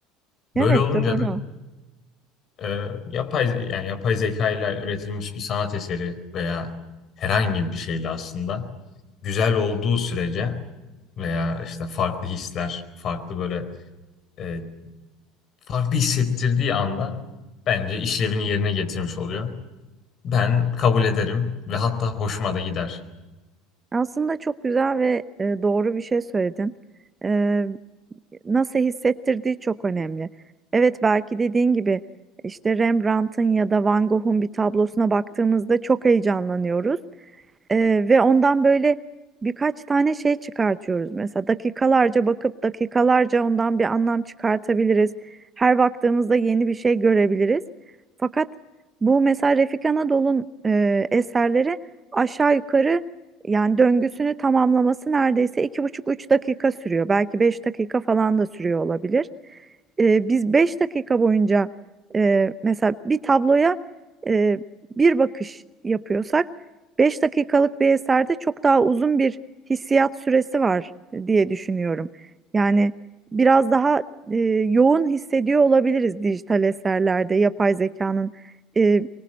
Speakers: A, on the left; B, on the right.
A: Böyle
B: evet
A: olunca
B: doğru.
A: da ee, yapay yani yapay zeka ile üretilmiş bir sanat eseri veya herhangi bir şeyle aslında güzel olduğu sürece veya işte farklı hisler, farklı böyle e, farklı hissettirdiği anda bence işlevini yerine getirmiş oluyor. Ben kabul ederim ve hatta hoşuma da gider.
B: Aslında çok güzel ve e, doğru bir şey söyledin. E, nasıl hissettirdiği çok önemli. Evet belki dediğin gibi işte Rembrandt'ın ya da Van Gogh'un bir tablosuna baktığımızda çok heyecanlanıyoruz. Ee, ve ondan böyle birkaç tane şey çıkartıyoruz. Mesela dakikalarca bakıp dakikalarca ondan bir anlam çıkartabiliriz. Her baktığımızda yeni bir şey görebiliriz. Fakat bu mesela Refik Anadol'un e, eserleri aşağı yukarı yani döngüsünü tamamlaması neredeyse iki buçuk üç dakika sürüyor. Belki beş dakika falan da sürüyor olabilir. Ee, biz beş dakika boyunca e, mesela bir tabloya e, bir bakış yapıyorsak Beş dakikalık bir eserde çok daha uzun bir hissiyat süresi var diye düşünüyorum. Yani biraz daha e, yoğun hissediyor olabiliriz dijital eserlerde, yapay zekanın e,